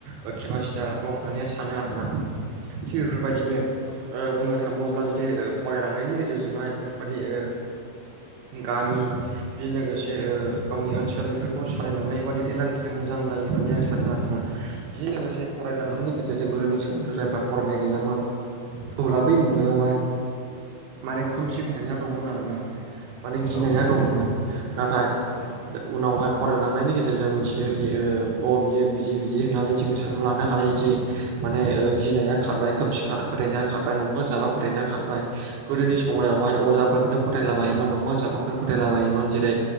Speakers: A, on the right; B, on the left.
A: ओ केपासिटिया दं होननानै आं सानो आरोना थिग बेफोरबायदिनो ओ बुंनो थांबावब्ला जुदि ओ फरायलांनायनि गेजेरजोंहाय बेफोरबायदि ओ गामि, बि लोगोसे गावनि ओनसोलनिफोरखौ सालायलांनो एबा दैदेनलांनो थाखाय मोजां जायो होननानै आं सानो आरोना, बिजों लोगोसे फरायलांनायनि
B: औ
A: गेजेरजों गोदोनि समावथ' जायफ्रा फरायनाय गैयामोन अब्ला, बै मुगायावहाय माने खोमसि फोथायना दंमोन आरोना, माने गिनाया
B: औ नंगौ नोंथां
A: दङमोन नाथाय,
B: औ
A: उनावहाय फरायलांनायनि गेजेरजों मिथियो दि ओ अ बियो बिदि बिदि होननानै जोङो सानना लानो हानाय। जि माने गिनाया खारबाय खोमसि फोथायनाया खारबाय न'बा जाबा फोथायनाया खारबाय, गोदोनि समायावहाय अजाफोरखौनो फोथायलाबायोमोन नंबा जाबांखोनो फोथायलाबायोमोन जेरै